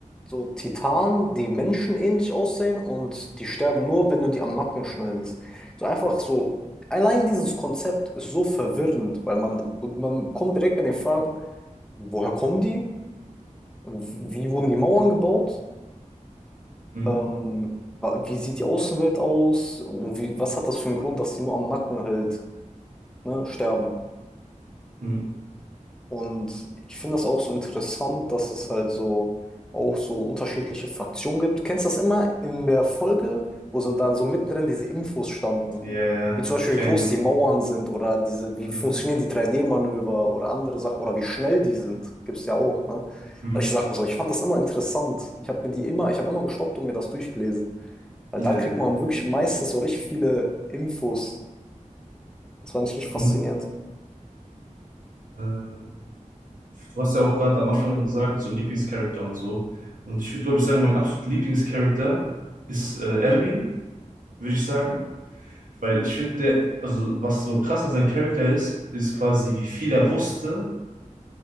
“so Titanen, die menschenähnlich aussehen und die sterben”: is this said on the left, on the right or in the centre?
Centre